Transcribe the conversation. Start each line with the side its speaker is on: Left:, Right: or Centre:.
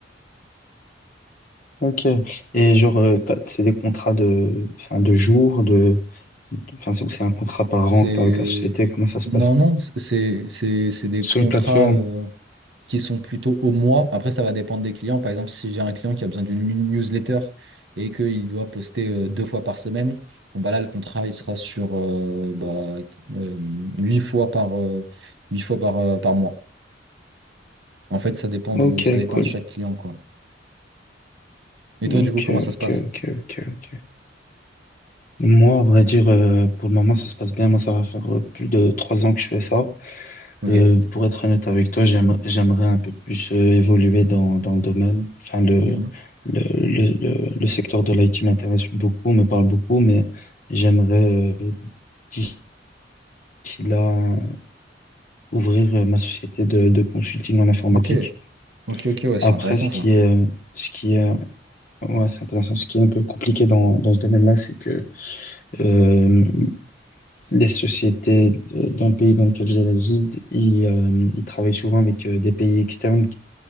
Left: Ok. Et genre, euh, t'as- c'est des contrats de, enfin, de jours, de, de- enfin, c'est ou c'est un contrat par
Right: C'est...
Left: an que t'as avec la société, comment ça se
Right: Non,
Left: passe?
Right: non, c'est c'est- c'est des
Left: Sur
Right: contrats.
Left: une plateforme.
Right: euh, qui sont plutôt au mois. Après, ça va dépendre des clients. Par exemple, si j'ai un client qui a besoin d'une newsletter et qu'il doit poster euh, deux fois par semaine, bon, bah là, le contrat, il sera sur euh, bah, euh, huit fois par, euh, huit fois par, euh, par mois. En fait, ça dépend
Left: Ok,
Right: de, ça dépend
Left: cool.
Right: de chaque client, quoi. Et
Left: Ok,
Right: toi, du coup, comment ça
Left: ok,
Right: se passe?
Left: ok, ok, ok. Moi, à vrai dire, euh, pour le moment, ça se passe bien. Moi, ça va faire euh, plus de trois ans que je fais ça.
Right: Ok.
Left: Euh, pour être honnête avec toi, j'aimerais, j'aimerais un peu plus euh, évoluer dans, dans le domaine. Enfin, le,
Right: Mhm.
Left: le, le, le, le secteur de l'IT m'intéresse beaucoup, me parle beaucoup, mais j'aimerais euh, d'ici là euh, ouvrir euh, ma société de, de consulting en informatique.
Right: Ok. Ok, ok, ouais,
Left: Après,
Right: c'est intéressant,
Left: ce
Right: ça.
Left: qui est, euh, ce qui est, ouais, c'est intéressant. Ce qui est un peu compliqué dans, dans ce domaine-là, c'est que euh, les sociétés euh, dans le pays dans lequel je réside, ils, euh, ils travaillent souvent avec euh, des pays externes